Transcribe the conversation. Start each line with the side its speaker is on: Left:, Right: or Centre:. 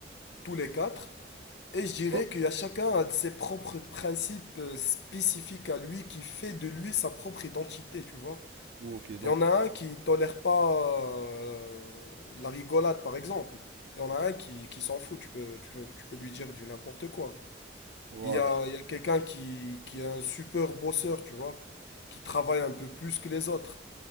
Left: tous les quatre. Et je dirais
Right: Oh,
Left: qu'il y a chacun a de ses propres principes euh, spécifiques à lui qui fait de lui sa propre identité, tu vois.
Right: Ok, donc,
Left: Il y en a un qui tolère pas euh, la rigolade, par exemple. Il y en a un qui, qui s'en fout, tu peux, tu peux, tu peux lui dire du n'importe quoi.
Right: voilà.
Left: Il y a, il y a quelqu'un qui, qui est un super bosseur, tu vois, qui travaille un peu plus que les autres.